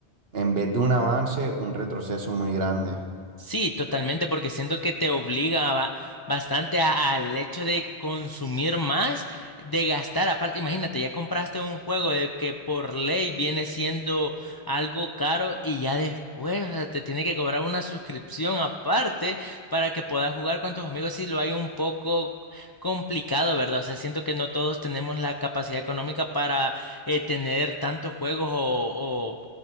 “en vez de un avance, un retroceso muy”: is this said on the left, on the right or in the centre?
Right